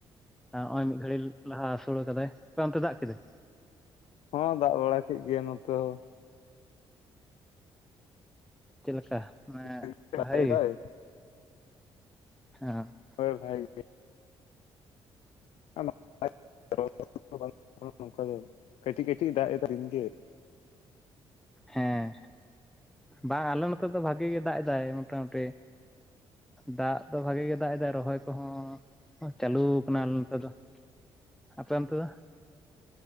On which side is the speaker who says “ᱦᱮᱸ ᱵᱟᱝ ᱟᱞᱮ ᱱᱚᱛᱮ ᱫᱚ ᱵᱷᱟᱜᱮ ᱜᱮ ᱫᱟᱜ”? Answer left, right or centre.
Centre